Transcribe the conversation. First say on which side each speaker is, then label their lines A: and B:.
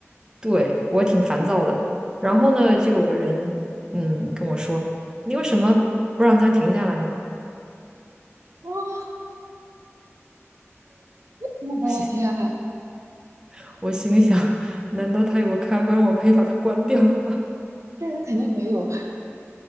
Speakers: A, on the right; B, on the right.
A: 对我挺烦躁的。然后呢，就有个人嗯跟我说：“你为什么不让他停下来呢？”
B: 哇，我停下呐，
A: 心 <laughs> 我心里想，难道他有个开关，我可以把它关掉吗？
B: 这人肯定没有孩子。